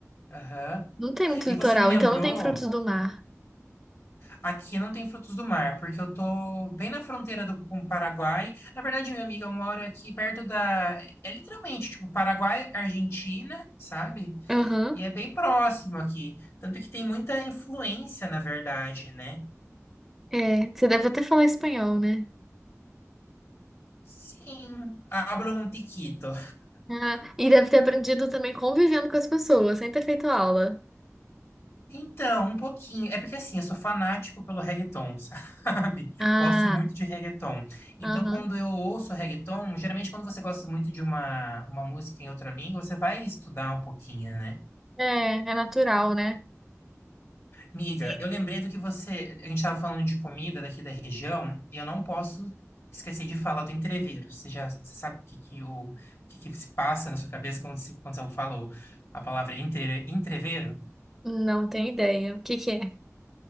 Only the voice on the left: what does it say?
aham.
E
você me lembrou,
aqui não tem frutos do mar, porque eu tô bem na fronteira do, com o Paraguai. Na verdade, minha amiga mora aqui perto da. É literalmente, tipo, Paraguai, Argentina, sabe?
E é bem próximo aqui. Tanto que tem muita influência, na verdade, né?
Sim, hablo um tiquito.
Então, um pouquinho. É porque assim, eu sou fanático pelo reggaeton, <laughs> sabe?
Gosto muito de reggaeton. Então,
quando eu ouço reggaeton, geralmente quando você gosta muito de uma, uma música em outra língua, você vai estudar um pouquinho, né?
Miga,
eu lembrei do que você. A gente estava falando de comida daqui da região, e eu não posso esquecer de falar do entrevero. Você já você sabe o que, que, o, o que, que se passa na sua cabeça quando, se, quando eu falo a palavra entre, entrevero?